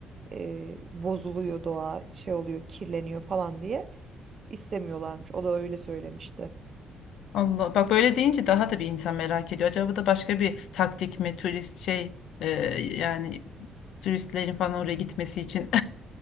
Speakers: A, on the right (about 45°); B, on the left (about 80°).
A: eee, bozuluyor doğa şey oluyor kirleniyor falan diye istemiyorlarmış. O da öyle söylemişti.
B: Allah bak böyle deyince daha da bir insan merak ediyor. Acaba da başka bir taktik mi turist şey e, yani turistlerin falan oraya gitmesi için